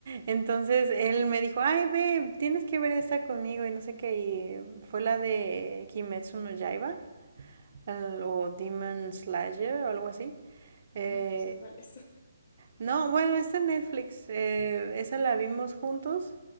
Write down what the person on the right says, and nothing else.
Entonces él me dijo, ay, ve, tienes que ver esta conmigo y no sé qué. Y eh, fue la de Kimetsu no Yaiba el- o Demon Slayer o algo así. Eh,
no, bueno, está en Netflix. eh, esa la vimos juntos.